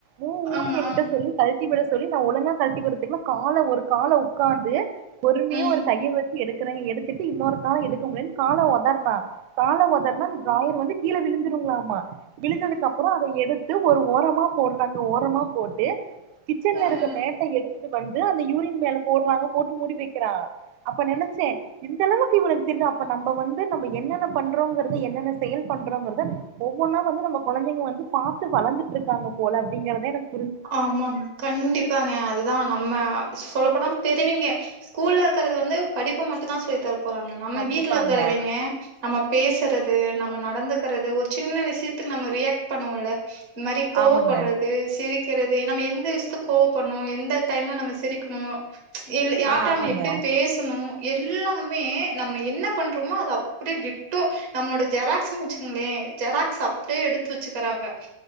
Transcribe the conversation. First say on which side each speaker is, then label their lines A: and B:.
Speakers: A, on the right (about 85°); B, on the right (about 55°).
A: ஊ ஊனு
B: ஆ
A: எங்கிட்ட
B: ஆ
A: சொல்லி கழட் ட்டிவிட சொல்லி நா ஒழுங்கா கழட்டி விடுரதுக்குள்ள கால ஒரு கால உட்காந்து பொறும்யா
B: ம்.
A: ஒரு கைய வச் ச்சி எடுக்குறேங் எடுத்துட்டு இன்னொரு காலஎடுக்க முடிலனு கால உதர்றா கால உதற்னா இந்த ட்ராயர் வந்து கீழ விழுந்துருங்களாமா விழுந்ததுக்கு அப்பறோ அத எடுத்து ஒரு ஓரமா போடுறாங்க ஓரமா போட்டு கிச்சன்ல
B: ஆ, ஆ.
A: இருக்க மேட்ட எடுத்துட்டு வந்து அந்த யூரின் மேல போடுறாங்க போட்டு மூடி வைக்கிறா அப்ப நெனச்சே இந்த அளவுக்கு இவனுக்கு தெரிதா அப்ப நம்ம வந்து நம்ம என்னென்ன பண்றோங்கறத என்னென்ன செயல் பண்றோங்கறத ஒவ்வொன்னா வந்து நம்ம குழந்தைங்க வந்து பாத்து வளந்துட்டு இருக்காங்க போல அப்டிங்கறதே எனக்
B: ஆமாங்க கண்டிப்பாங்க அதுதான் நம்ம சொல்லப்போனா தெருவீங்க ஸ்கூல்ல இருக்கறது வந்து படிப்ப மட்டும் தான் சொல்லி தர போறாங்க நம்ம
A: கண்டிப்பாங்க
B: வீட்ல இருக்கறவெங்க நம்ம பேசுறது நம்ம நடந்துக்கிறது ஒரு சின்ன விஷயத்துக்கு நம்ம ரியாக்ட் பண்ணுவோம்ல இம் மாரி கோவப்படுறது
A: ஆமாங்க
B: சிரி க்கிறது நம்ம எந்த விஷ்த்துக்கு கோபண்ணு எந்த டைம்ல நம்ம சிரிக்கணு இல்ல யார்ட்ட
A: ஆ ஆமாங்க
B: நம்ம எப்டி பேசணு எல்லாமே நம்ம என்ன பண்றோமோ அத அப் அப்டே டிட்டோ நம்மளோட ஜெராக்ஸ்ன்னு வச்சுக்கோங்களே ஜெராக்ஸ் அப்டியேஸ்வ எடுத்து வச்சுக்கிறாங்க